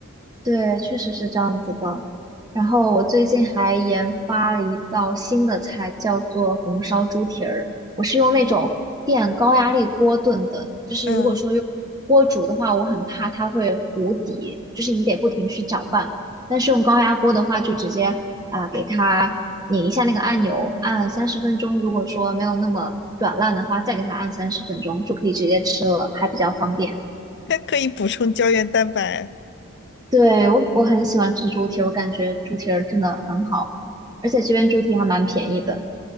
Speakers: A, on the right (about 15°); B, on the left (about 50°).
A: 对，确实是这样子的。然后我最近还研发了一道新的菜，叫做红烧猪蹄儿。我是用那种电高压力锅炖的，就是如果说用锅煮的话，
B: 嗯，
A: 我很怕它会糊底，就是你得不停去搅拌。但是用高压锅的话，就直接啊、给它拧一下那个按钮，按三十分钟。如果说没有那么软烂的话，再给它按三十分钟，就可以直接吃了，还比较方便。
B: <laughs> 可以补充胶原蛋白。
A: 对，我我很喜欢吃猪蹄儿，我感觉猪蹄儿真的很好，而且这边猪蹄还蛮便宜的。